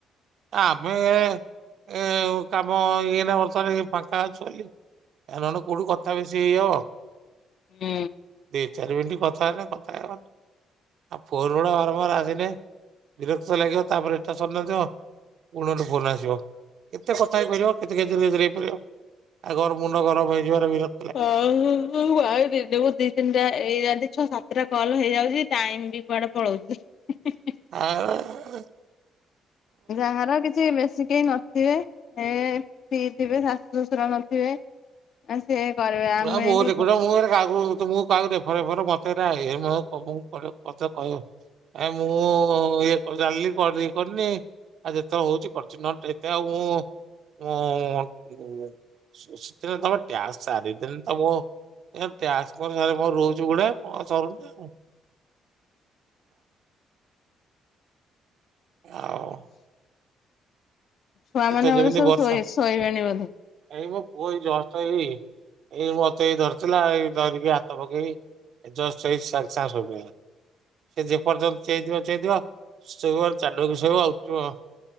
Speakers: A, on the right (about 65°); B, on the left (about 60°).
A: ତ ଆମେ ଏ କାମ ଏଇନା ବର୍ତ୍ତମାନ ଫାଙ୍କା ଅଛୁ ବୋଲି। ଏ ନହେଲେ କୋଉଠୁ କଥା ବେଶି ହେଇ ହବ।
B: ହୁଁ।
A: ଦି ଚାରି ମିନିଟ୍ କଥା ହେଲେ କଥା ହେଇ ହବନି। ଆଉ ଫୋନ୍ ଗୁଡା ବାରମ୍ବାର ଆସିଲେ ବିରକ୍ତ ଲାଗିବ ତାପରେ ତାର ସରିନଥିବ ପୁଣି ଗୋଟେ ଫୋନ ଆସିବ, କେତେ କଥା ହେଇପାରିବ କେତେ ଗେଜେର ଗେଜେର ହେଇପାରିବ। <unintelligible> ମୁଣ୍ଡ ଗରମ ହେଇଯିବ ବିର।
B: କହୁ ମୁଁ ଆଉ ଦିନୁକୁ ଦି ତିନିଟା ହେଇଯାନ୍ତି ଛଅ ସାତଟା କଲ ହେଇଯାଉଚି, ଟାଇମ୍ ବି କୁଆଡେ ପଳଉଚି। ହିହିହି
A: ଆଉ
B: ଯାହାର କିଛି ବେଶୀ କେହି ନଥିବେ, ଏ ଫ୍ରି ଥିବେ ଶାଶୁ ଶ୍ୱଶୁର ନଥିବେ। ଆ ସେ କରିବେ ଆମେ
A: ନା
B: ଏଠି
A: <unintelligible> କାହାକୁ ରେଫର୍ ଫେପର୍ ମତେ ଏଗୁରା ଏ ମନ କଥା କହିବ। ଏ ମୁଁ ଇଏ କ ଜାଣିଲି କରିନ କରିନି। ଆଉ ଯେତେବେଳେ ହଉଛି କରୁଛି ନହେଲେ ଏତେ ଆଉ ମୁଁ ଉଁ କରୁନି। ସେତେବେଳେ ତମେ ଟ୍ୟାକ୍ସ ସାରିଦେଲେ ତ ମୁଁ ଏ ଟ୍ୟାକ୍ସ ମୋ ସାରେ ମୋର ରହୁଛି ଗୁଡା ସରୁନି ଏୟା। ଆଉ
B: ଛୁଆମାନେ
A: ଏତ ଯେମିତି
B: ବୋଧେ ସବୁ
A: ବର୍ଷା
B: ଶୋଇ ଶୋଇବେଣୀ ବୋଧେ।
A: ଏଇ ମୋ ପୁଅ ଏଇ ଜଷ୍ଟ ଏଇ ଏଇ ମତେ ଏଇ ଧରିଥିଲା ଏଇ ଧରିକି ହାତ ପକେଇ ଏ ଜଷ୍ଟ ଏଇ ସାଙ୍ଗେ ସାଙ୍ଗେ ଶୋଇପଡ଼ିଲା। ସେ ଯେ ପର୍ଯ୍ୟନ୍ତ ଚେଇଥିବା ଚେଇଥିବା ଶୋଇବ ଚାଢକରିଶୋଇବ ଆଉ ଉଠିବ।